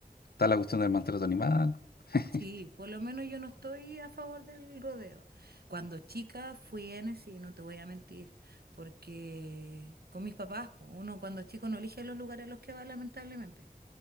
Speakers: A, on the left; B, on the right.
A: está la cuestión del maltrato animal. <laughs>
B: Sí, por lo menos yo no estoy a favor del rodeo. Cuando chica fui N, y no te voy a mentir, porque con mis papás, po, uno cuando es chico no elige los lugares a los que va, lamentablemente.